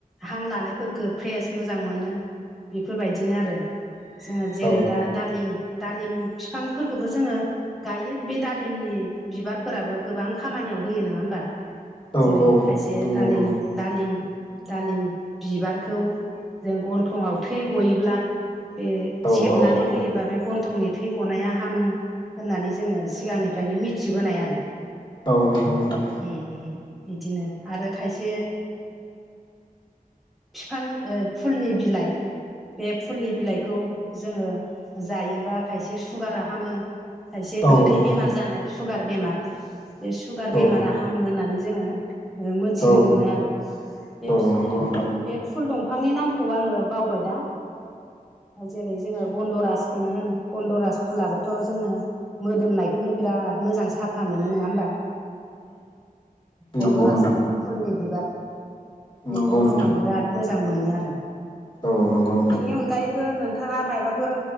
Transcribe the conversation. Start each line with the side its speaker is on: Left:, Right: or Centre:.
Centre: हां लानायफोरखौ फ्रेस मोजां मोनो। बेफोरबायदिनो आरो जोङो
Left: औ
Centre: जेरै
Left: औ
Centre: दा दालिम दालिम फिफांफोरखौबो जोङो गायो बे दालिमनि बिबारफोराबो गोबां खामानियाव होयो नङा होमबा?
Left: औ
Centre: जेरै
Left: औ
Centre: खायसे
Left: नंगौ
Centre: दालिमनि
Left: नंगौ
Centre: दालिम दालिम बिबारखौ जों गन्थंआव थै गयोब्ला बे
Left: औ
Centre: सेबनानै
Left: औ
Centre: होयोबा बे गन्थंनि थै गनाया हामो होननानै जोङो सिगांनिफ्रायनो मिथिबोनाय आरो।
Left: औ नंगौ नोंथां।
Centre: उम उम बिदिनो आरो खायसे बिफां फुलनि बिलाइ बे फुलनि बिलाइखौ जोङो जायोबा खायसे सुगारा हामो। खायसे गोदै
Left: औ नंगौ
Centre: बेमार
Left: नोंथां
Centre: जानाय सुगार बेमार बे सुगार
Left: औ
Centre: बेमारा फाहामो होननानै जोङो मोनथिनो
Left: औ
Centre: मोनो आरो। बे
Left: औ
Centre: बि
Left: नंगौ नोंथां
Centre: बे फुल दंफांनि नामखौ आङो बावबाय दा दा जेरै जोङो गन्दरासखौनो होन गन्दरास फुलाबोथ' जोङो। मोदोमनायखौनो बिराद मोजां साफा मोनो नङा होमबा? गन्दराज
Left: नंगौ नोंथां
Centre: फुलनि बिबार
Left: नंगौ
Centre: बेखौबो
Left: नोंथां
Centre: जोङो बिराद मोजां मोनो आरो।
Left: औ नंगौ। नोंथां
Centre: बिनि अनगायैबो नोंथाङा माबाफोर